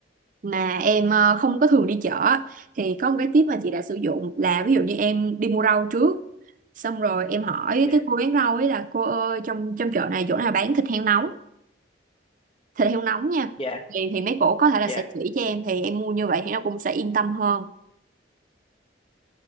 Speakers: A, on the right (about 45°); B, on the left (about 30°).
A: mà em ờ, không có thường đi chợ á, thì có một cái tip mà chị đã sử dụng là ví dụ như em đi mua rau trước xong rồi em hỏi
B: dạ,
A: cái cô bán rau ấy là cô ơi trong trong chợ này chỗ nào bán thịt heo nóng thịt heo nóng nha
B: dạ,
A: thì thì mấy cổ có thể là
B: dạ.
A: sẽ chỉ cho em thì em mua như vậy thì nó cũng sẽ yên tâm hơn